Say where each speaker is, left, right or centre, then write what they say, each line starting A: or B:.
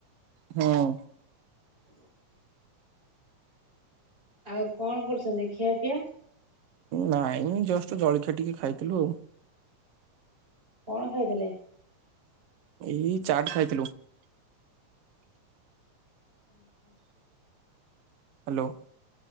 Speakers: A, on the right; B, on the right.
A: ହଁ।
B: ହୁଁ। ଆଉ କଣ କରୁଛନ୍ତି? ଖିଆ ପିଆ
A: ନାଇଁ ଜଷ୍ଟ ଜଳଖିଆ ଟିକେ ଖାଇଥିଲୁ ଆଉ।
B: କଣ ଖାଇଥିଲେ?
A: ଏଇ ଚାଟ ଖାଇଥିଲୁ।
B: ଉଁ ହୁଁ।
A: ହ୍ୟାଲୋ।